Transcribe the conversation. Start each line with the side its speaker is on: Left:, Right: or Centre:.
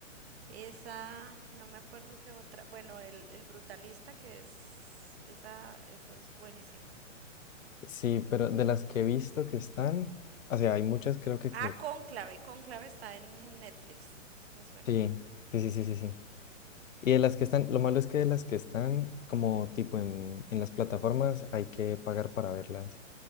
Right: esa, no me acuerdo qué otra. Bueno, el, el Brutalista, que es, esa, esa es buenísima.
Left: sí, pero de las que he visto que están, o sea, hay muchas creo que
Right: Ah,
Left: creo.
Right: Cónclave, Cónclave está en Netflix, me suena.
Left: Sí, sí, sí, sí, sí, sí. Y de las que están, lo malo es que de las que están, como tipo en, en las plataformas, hay que pagar para verlas.